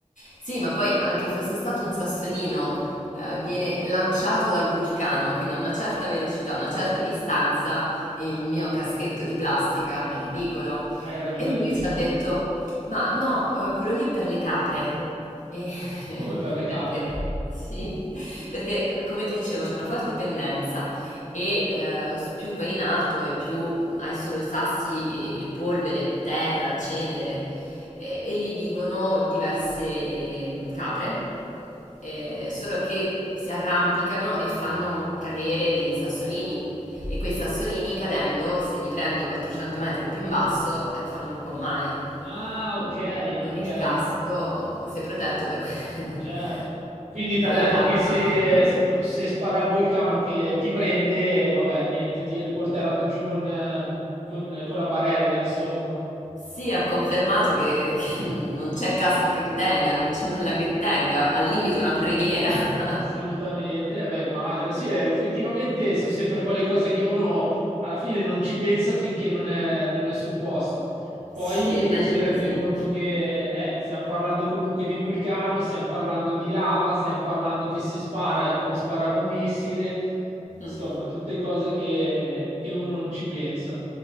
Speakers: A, on the left; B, on the right.
A: Sì, ma poi anche fosse stato un sassolino, eh, viene lanciato dal vulcano, quindi a una certa velocità, a una certa distanza, il mio caschetto di plastica è ridicolo.
B: Hai ragione
A: E lui
B: anche
A: ci
B: tu.
A: ha detto, ma no, eh, quello lì è per le capre. E <laughs>
B: Come per le capre?
A: anche- sì, perché come ti dicevo c'è una forte pendenza e eh, più vai in alto e più hai solo sassi e, e polvere, terra, cenere e, e lì vivono diverse mm, capre, eh, solo che si arrampicano e fanno cadere dei sassolini. E quei sassolini cadendo, se li prendi 400 metri più in basso, eh, fanno un po' male.
B: Ah,
A: Quindi
B: ok,
A: con
B: ok,
A: il casco sei protetto da que-
B: certo.
A: <laughs>
B: Quindi
A: dalla
B: ti ha detto
A: capra.
B: che se, sp- se spara il vulcano che ti prende, vabbè, niente, ti riporteranno giù con, ehm, con, con la barella, insomma.
A: Sì, ha confermato che, che non c'è casco che tenga, non c'è nulla che tenga, al limite una preghiera. <laughs>
B: Assolutamente, eh beh, immagino. Sì, eh, effettivamente sono sempre quelle cose che uno alla fine non ci pensa finché non è, non è sul posto. Poi
A: Sì, è meglio
B: si
A: così.
B: rende conto che eh, stiamo parlando comunque di vulcano, stiamo parlando di lava, stiamo parlando che se spara è come sparare un missile,
A: Mm.
B: insomma, tutte cose che, che uno non ci pensa.